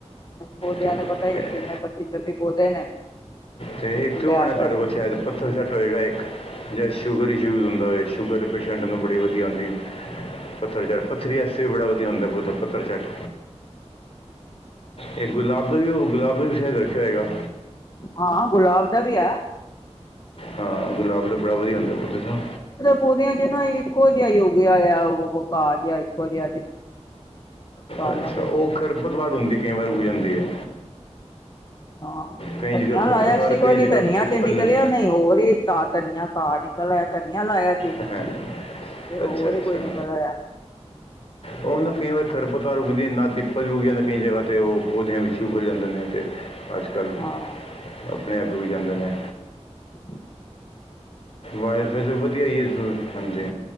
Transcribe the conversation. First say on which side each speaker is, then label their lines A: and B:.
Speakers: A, on the left; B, on the left.
A: ਪੌਦਿਆਂ
B: ਤੇ-
A: ਦਾ ਪਤਾ ਨਹੀਂ, ਕਿਨੇ ਪੱਚੀ ਪੌਦੇ ਨੇ।
B: ਤੇ ਇਕ
A: ਉਹ ਲਿਆ
B: ਓ ਹੋਣਾ ਤੁਹਾਡੇ
A: ਕੇ
B: ਕੋਲ ਸ਼ਾਹਿਦ। ਪੱਥਰ ਚਟ ਹੋਏਗਾ ਇੱਕ, ਜਿਹੜਾ ਸ਼ੂਗਰ ਚ ਯੂਜ ਹੁੰਦਾ ਹੋਵੇ, ਸ਼ੂਗਰ ਪੇਸ਼ੈਂਟ ਨੂੰ ਬੜੀ ਵਧੀਆ ਹੁੰਦੀ। ਪੱਥਰਚੱਟ ਪੱਥਰੀ ਆਸੇ ਵੀ ਬੜਾ ਵਧੀਆ ਹੁੰਦਾ ਪੋੌਦਾ ਪੱਥਰ ਚੱਟ। ਏ ਗੁਲਾਬ ਦਾ ਵੀ ਓ ਗੁਲਾਬ ਦਾ ਵੀ ਸੈ਼ਦ ਰੱਖਿਆ ਹੋਏਗਾ।
A: ਹਾਂ ਗੁਲਾਬ ਦਾ ਵੀ ਐ।
B: ਹਾਂ ਗੁਲਾਬ ਦਾ ਬੜਾ ਵਧੀਆ ਹੁੰਦਾ ਪੌਦੇ ਤੋਂ।
A: ਉਹਦਿਆਂ ਚ ਨਾ ਇੱਕੋ ਜਿਹਾ ਉਗ ਆਇਆ, ਉਹ ਘਾਹ ਜਿਹਾ ਇੱਕੋ ਜਿਹਾ ਸਾਰਿਆਂ
B: ਅੱਛਾ
A: ਦੇ
B: ਓ
A: ਵਿੱਚ
B: ਖਰਪਤ ਲਾ ਦਿੰਦੀ ਕਈ ਵਾਰ ਉਗ ਜਾਂਦੀ ਐ।
A: ਹਾਂ
B: ਕਈ
A: ਧਨੀਆ
B: ਜਗ੍ਹਾ ਖਰਪਤਵਾਰ
A: ਲਾਇਆ ਸੀ ਇੱਕ
B: ਕਈ
A: ਵਾਰੀ,
B: ਜਗ੍ਹਾ
A: ਧਨੀਆ
B: ਪਿੱਪਲ
A: ਤੇ ਨਿਕਲਿਆ
B: ਹੈ
A: ਨਹੀਂ ਹੋਰ ਹੀ, ਤਾਂ ਧਨੀਆ ਪਾਅ ਨਿਕਲਦਾ, ਧਨੀਆ ਲਾਇਆ- ਸੀ
B: ਐ ਹੈਂ।
A: ਤੇ ਹੋਰ
B: ਅੱਛਾ, ਅੱਛਾ
A: ਹੀ ਕੋਈ ਨਿਕਲ ਆਇਆ
B: ਉਹ
A: ਤੇ
B: ਨਾ ਕਈ ਵਾਰ ਸਰਬੱਤਾ ਰੁਕਦੀ, ਨਾ ਤਿੱਪਲ ਰੁਕਦੀ ਕਈ ਜ੍ਹਗਾ ਤੇ ਓ ਪੌਦਿਆਂ ਵਿੱਚ ਈ ਉਗ ਹੋ ਜਾਂਦੇ ਨੇ ਤੇ। ਅੱਜ ਕਲ-
A: ਹਾਂ
B: ਆਪਣੇ ਆਗੂ ਵੀ ਜਾਂਦੇ ਨੇ।
A: <unintelligible>
B: <inaudible> ਹਾਂਜੀ